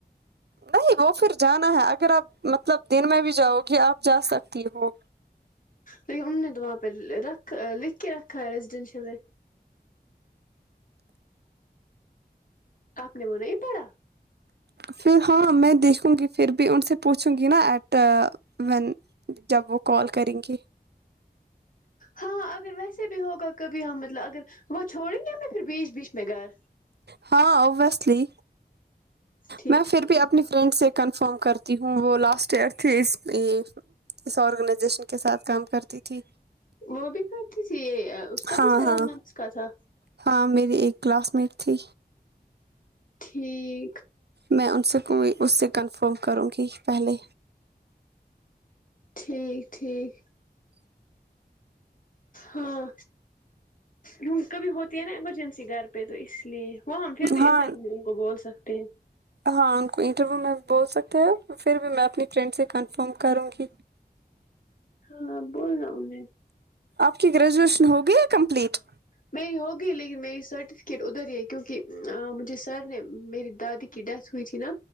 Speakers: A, on the right; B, on the left.
A: نہیں وہ پھر جانا ہے اگر آپ مطلب دن میں بھی جاؤ گے آپ جا سکتی ہو
B: لیکن ان نے تو وہاں پہ رکھ لکھ کے رکھا ہے ریزیڈینشیل ہے آپ نے وہ نہیں پڑھا
A: پھر ہاں میں دیکھوں گی پھر بھی ان سے پوچھوں گی نا ایٹ وین جب وہ کال کریں گی
B: ہاں اگر ویسے بھی ہوگا کبھی ہم مطلب اگر وہ چھوڑیں گے ہم پھر بیچ بیچ میں گھر
A: ہاں ابوسلی
B: ٹھیک
A: میں پھر بھی اپنی فرینڈ سے کر فارم کرتی ہوں وہ لاسٹ ایئر تھے اس اس آرگنائزیشن کے ساتھ کام کرتی تھی
B: وہ بھی خرچ یہ اس کا
A: ہاں
B: بھی سیون
A: ہاں
B: منتھس کا تھا
A: ہاں میری ایک کلاس ممیٹ تھی
B: ٹھیک
A: میں ان سے کوئی اس سے کنفرم کروں گی پہلے
B: ٹھیک ٹھیک ہاں ل ک بھی ہوتی ہے نا ایمرجنسی گھر <inaudible> وہاں ہم پھر بھی
A: ہاں
B: انٹرو ان کو بول سک پ
A: ہاں ان کو انٹرویو میں بول سکتے ہیں پھر بھی میں اپنی فرینڈ سے کنفرم کروں گی
B: ہاں بول رہا انیں
A: آپ کی گریجویشن ہوگی کمپلیٹ
B: میری ہوگی لیکن میری سرٹیفکیٹ ادھر ہی ہے کیوںکہ مجھے سر نے میری دادی کی ڈیتھ ہوئی تھی نا